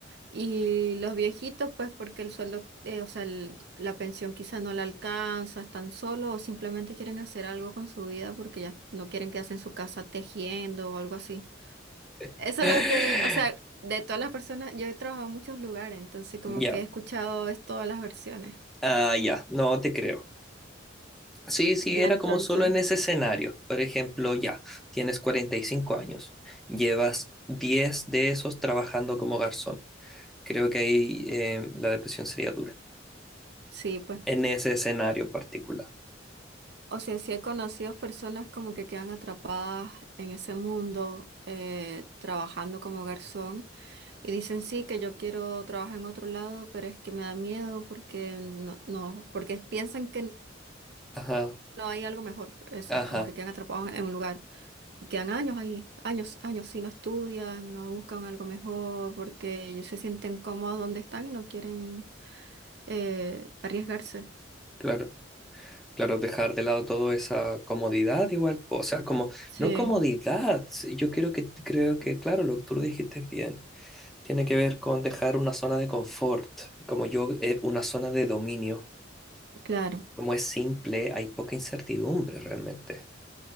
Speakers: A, on the right; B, in the centre.
A: Y los viejitos, pues porque el sueldo, eh, o sea, el- la pensión quizá no la alcanza, están solos o simplemente quieren hacer algo con su vida porque ya no quieren quedarse en su casa tejiendo o algo así.
B: <laughs>
A: Eso es lo que, o sea, de todas las personas, yo he trabajado en muchos lugares, entonces como
B: Ya,
A: que he escuchado es todas las versiones.
B: ah, ya, no te creo. Sí, sí,
A: Ya
B: era
A: entonces,
B: como solo en ese escenario. Por ejemplo, ya, tienes 45 años, llevas 10 de esos trabajando como garzón. Creo que ahí eh, la depresión sería dura,
A: sí, pues.
B: en ese escenario particular.
A: O sea, sí he conocido personas como que quedan atrapadas en ese mundo eh, trabajando como garzón y dicen sí que yo quiero trabajar en otro lado, pero es que me da miedo porque no, no, porque piensan que
B: Ajá,
A: no hay algo mejor, eso,
B: ajá,
A: como que quedan atrapados en un lugar y quedan años ahí, años, años, si no estudian, no buscan algo mejor porque se sienten cómodos donde están y no quieren eh, arriesgarse.
B: claro, claro, dejar de lado toda esa comodidad igual, po, o sea, como,
A: Sí,
B: no comodidad, sí, yo creo que, creo que, claro, lo que tú lo dijiste bien, tiene que ver con dejar una zona de confort, como yo, eh, una zona de dominio
A: claro.
B: como es simple, hay poca incertidumbre realmente.